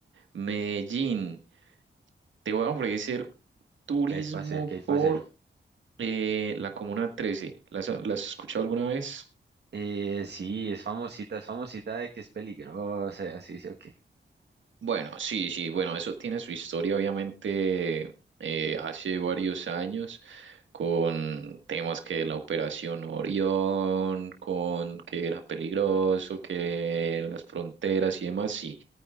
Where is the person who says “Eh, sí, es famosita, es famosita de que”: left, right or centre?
Right